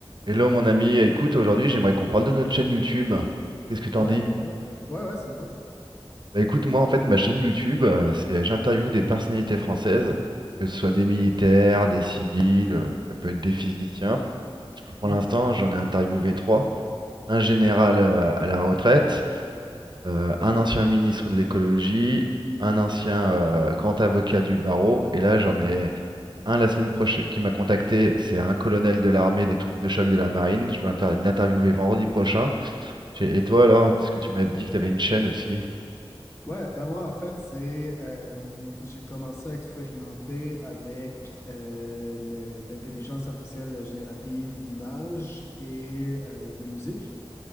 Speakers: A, on the right; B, on the left.
A: Hello mon ami, écoute, aujourd'hui j'aimerais qu'on parle de notre chaîne YouTube. Qu'est-ce que t'en
B: Ouais,
A: dis?
B: ouais, ouais, ouais, ça me tente.
A: Bah écoute, moi en fait ma chaîne YouTube, euh, c'est j'interviewe des personnalités françaises, que ce soit des militaires, des civils, euh, ça peut être des physiciens. Pour
B: Mhm.
A: l'instant j'en ai interviewé trois, un général euh, à la retraite, euh, un ancien ministre de l'écologie, un ancien euh, grand avocat du barreau, et là j'en ai un la semaine prochaine qui m'a contacté, c'est un colonel de l'armée des troupes de choc de la marine, je dois inter- l'interviewer vendredi prochain. Chez- Et toi alors, est-ce que tu m'as dit que tu avais une chaîne aussi?
B: Ouais, bah moi, en fait, c'est. euh, j'ai commencé à expérimenter avec euh, le- l'intelligence artificielle générative d'images et euh, de musique.